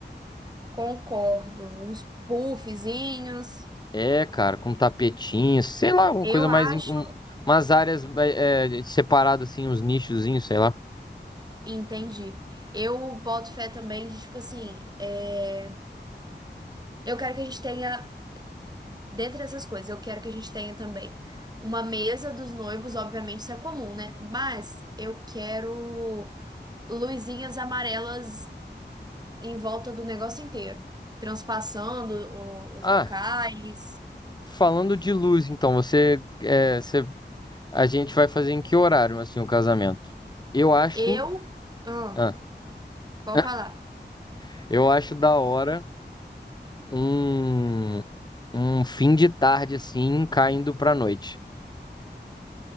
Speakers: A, on the right; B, on the left.
A: Concordo. Uns puffzinhos.
B: É, cara, com tapetinho, sei lá, uma
A: Eu
B: coisa mais
A: acho.
B: in- um- umas áreas é, separadas assim, uns nichozinhos, sei lá.
A: Entendi. Eu boto fé também de, tipo assim, é, eu quero que a gente tenha, dentre essas coisas, eu quero que a gente tenha também uma mesa dos noivos, obviamente isso é comum, né? Mas eu quero luzinhas amarelas em volta do negócio inteiro, transpassando o- os
B: Ah,
A: locais.
B: falando de luz, então, você é você A gente vai fazer em que horário, assim, o casamento? Eu acho.
A: Eu, ah,
B: ah,
A: pode
B: <laughs>
A: falar.
B: eu acho da hora um, um fim de tarde, assim, caindo pra noite.